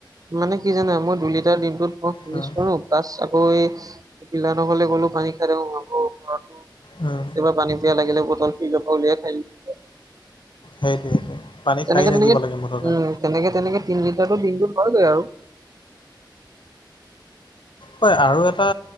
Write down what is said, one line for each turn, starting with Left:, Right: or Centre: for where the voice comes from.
Right: মানে কি জানা মই দুই লিটাৰ দিনটোত ফিনিছ
Left: উম,
Right: কৰো প্লাছ আকৌ, পলাহ নসলে গ'লো পানী খাই দে ঘৰত,
Left: অঁ,
Right: কিবা পানী পিয়া লাগিলে বতল ফ্ৰীজৰ পৰা উলিয়াই খাই দিও,
Left: সেইটোৱে সেইটোৱে পানী
Right: তেনেকে
Left: খাই থাকিব
Right: তেনেকে
Left: লাগে মুঠতে,
Right: উম তেনেকে তেনেকে তিনি লিটাৰৰ দিনটোত হয়গৈ আৰু
Left: হয় আৰু এটা